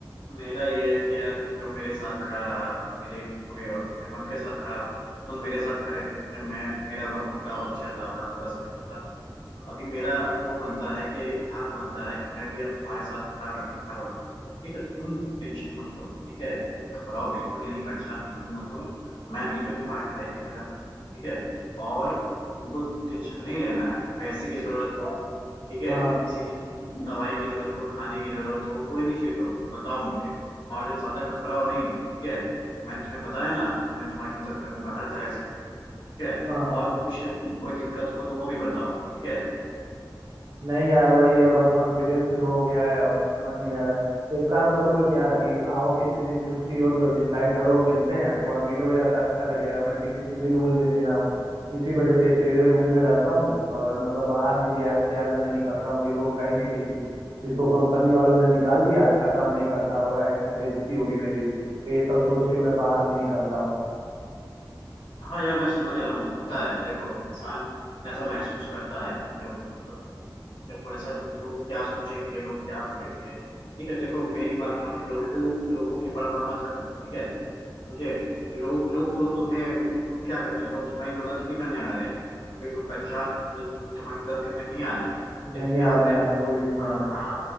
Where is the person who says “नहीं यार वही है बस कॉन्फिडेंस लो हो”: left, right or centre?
Right